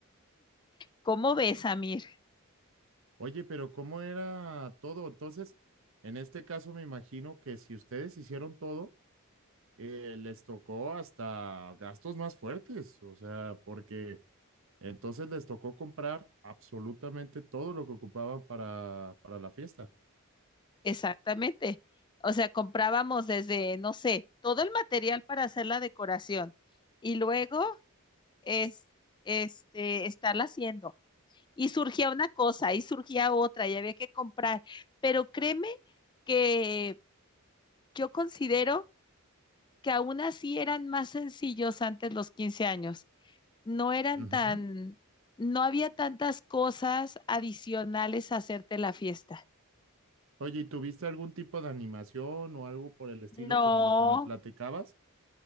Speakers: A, on the left (about 20°); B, on the right (about 65°).
A: ¿Cómo ves, Amir?
B: Oye, pero ¿cómo era todo? Entonces, en este caso me imagino que si ustedes hicieron todo, eh, les tocó hasta gastos más fuertes, o sea, porque entonces les tocó comprar absolutamente todo lo que ocupaban para, para la fiesta.
A: Exactamente. O sea, comprábamos desde, no sé, todo el material para hacer la decoración y luego es, este, estarla haciendo. Y surgía una cosa y surgía otra y había que comprar. Pero créeme que yo considero que aún así eran más sencillos antes los 15 años. No eran
B: Ujú.
A: tan, no había tantas cosas adicionales a hacerte la fiesta.
B: Oye, ¿y tuviste algún tipo de animación o algo por el estilo
A: No,
B: como lo que me platicabas?